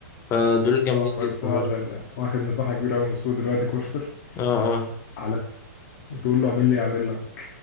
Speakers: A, on the left; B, on the left.
A: فدول جامدين
B: اه بس
A: جدا برضه
B: هو ال- ال- واخد مساحة كبيرة قوي من السوق دلوقتي كورسر
A: اه اه
B: على تقول له اعمل لي اعمل لك